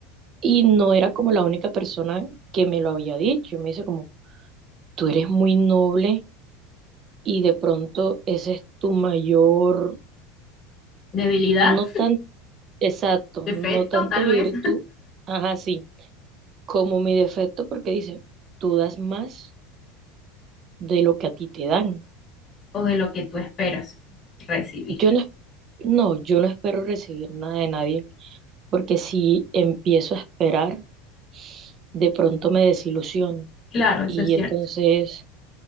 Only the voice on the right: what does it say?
Y no era como la única persona que me lo había dicho. Me dice como, tú eres muy noble y de pronto ese es tu mayor,
no tan exacto,
no tanto
virtud,
ajá, sí como mi defecto porque dice, tú das más de lo que a ti te dan.
Yo no, es- no, yo no espero recibir nada de nadie porque si empiezo a esperar, de pronto me desilusiono.
Y
entonces